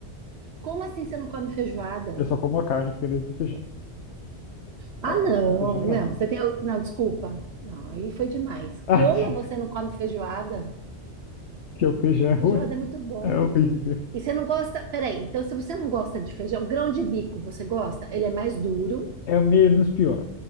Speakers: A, on the right; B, on the left.
A: Como assim você não come feijoada?
B: Eu só como a carne que tem dentro do feijão.
A: Ah,
B: Ah,
A: não,
B: o feijão não.
A: não, você tem. al- Não, desculpa. Não, aí foi demais.
B: Ah,
A: Como
B: <laughs> diz
A: você não come feijoada?
B: que o feijão é ruim.
A: Feijoada é muito bom.
B: É horrível.
A: E você não gosta. Peraí, então se você não gosta de feijão, grão de bico, você gosta? Ele é mais duro,
B: É o menos pior.